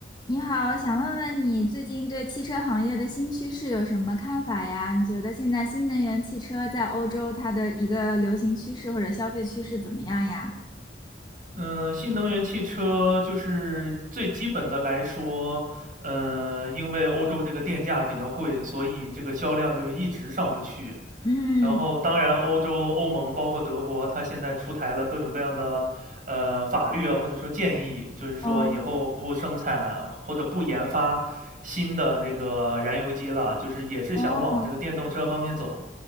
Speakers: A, on the left (about 25°); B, on the right (about 50°).
A: 你好，想问问你最近对汽车行业的新趋势有什么看法呀？你觉得现在新能源汽车在欧洲它的一个流行趋势或者消费趋势怎么样呀？
B: 嗯，新能源汽车就是最基本的来说，呃，因为欧洲这个电价比较贵，所以这个销量就一直上不去。
A: 嗯，
B: 然后，当然，欧洲、欧盟包括德国，它现在出台了各种各样的呃法律啊，或者说建议，就是说以后不生产或者不研发新的那个燃油机了，
A: 哦，
B: 就是也是想往这个电动车方面走。
A: 哦，